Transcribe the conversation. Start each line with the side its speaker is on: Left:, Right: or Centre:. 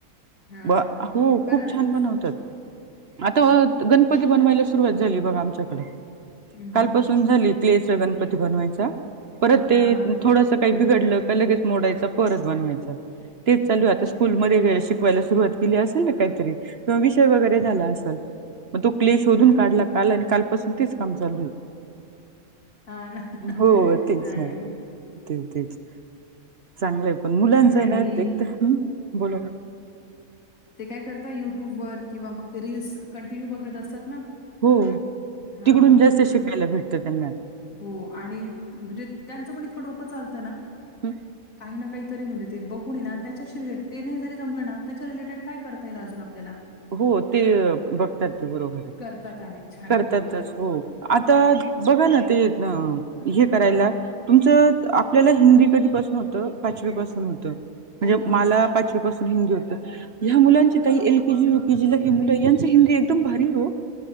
Left: हां,
Right: ब--हो
Left: खरंचच.
Right: खूप छान बनवतात. आता गणपती बनवायला सुरुवात झाली. बघा आमच्याकडे
Left: हं,
Right: कालपासून
Left: हं, हं, हं,
Right: झाली. क्ले चा गणपती बनवायचा. परत ते
Left: हां, हां, हां.
Right: थोडस काही बिघडलं का लगेच मोडायच. परत बनवायच तेच चालू आहे. आता स्कूलमध्ये काय शिकवायला सुरुवात केली असेल ना काहीतरी किंवा विषय वगैरे झाला असेल. मग तो क्ले शोधून काढला काल आणि कालपासून तेच काम चालू आहे.
Left: हा ना चांगलं
Right: हो तेच ना. तेच तेच. चांगलंय. पण मुलांचं आहे
Left: आणि
Right: ना एकदम बोला
Left: ते काय करता युट्यूब वर किंवा मग ते रील्स कंटिन्यू बघत असतात ना.
Right: हो,
Left: हां,
Right: तिकडून जास्त
Left: तर
Right: शिकायला भेटतं त्यांना,
Left: हो आणि म्हणजे त्यांचं पण इतकं डोकं चालतं ना.
Right: हं,
Left: काही ना काही तरी म्हणजे ते बघून आहे ना. त्याच्याशी रिलेटेड ते नाही जरी जमलं ना. त्याच्या रिलेटेड काय करता येईल अजून आपल्याला
Right: हो ते बघतात ब्लॉगर.
Left: करतात आणि छानपैकी.
Right: करतातच हो. आता बघा ना ते हे करायला. तुमचं आपल्याला हिंदी कधीपासून होतं? पाचवीपासून होतं.
Left: हो,
Right: म्हणजे मला पाचवी पासून हिंदी होत. ह्या मुलांची यू के जी ला हिंदी आहे. यांचं हिंदी एकदम भारी हो